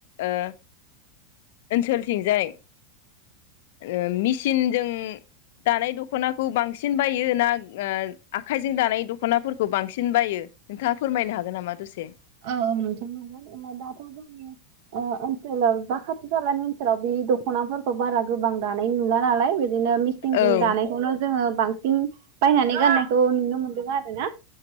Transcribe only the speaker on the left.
ओ ओनसोलथिं जाय ओ मिचिनजों दानाय दख'नाखौ बांसिन बायो ना ओ आखाइजों दानाय दख'नाफोरखौ बांसिन बायो? नोंथाङा फोरमायनो हागोन नामा दसे?
औ